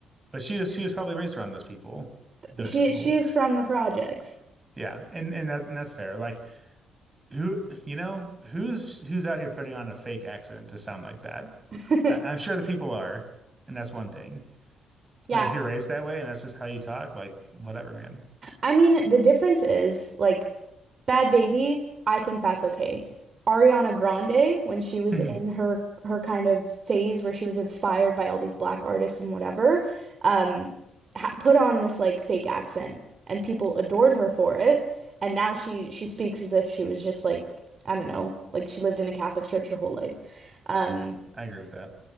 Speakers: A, on the right (about 30°); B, on the right (about 50°).
A: but she was she was probably raised around those people. Those
B: She
A: people,
B: she is from the projects.
A: yeah, and and that and that's fair. Like who you know who's who's out here putting on a fake accent to sound like that?
B: <laughs>
A: I, I'm sure the people are, and that's one thing.
B: Yeah,
A: But if you're raised that way and that's just how you talk, like whatever, man.
B: I mean, the difference is like Bad Baby, I think that's okay. Ariana Grande, when she was
A: <laughs>
B: in her her kind of phase where she was inspired by all these black artists and whatever, um, ha put on this like fake accent and people adored her for it. And now she she speaks as if she was just like, I don't know, like she lived in a Catholic church her whole life. Um,
A: I agree with that.